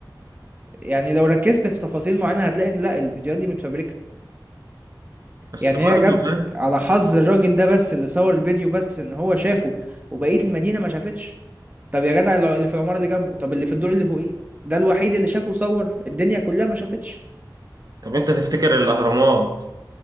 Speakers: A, on the right; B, on the right.
A: يعني لو ركزت في تفاصيل معينة هتلاقي ان لا الفيديوهات دي متفبركة
B: بس
A: يعني
B: برضه
A: هي جت
B: فاهم
A: على حظ الراجل ده بس اللي صور الفيديو بس ان هو شافه وبقية المدينة ما شافتش طب يا جدع لو- اللي في العمارة اللي جنبه طب اللي في الدور اللي فوقيه ده الوحيد اللي شافه صور الدنيا كلها ما شافتش
B: طب انت تفتكر الاهرامات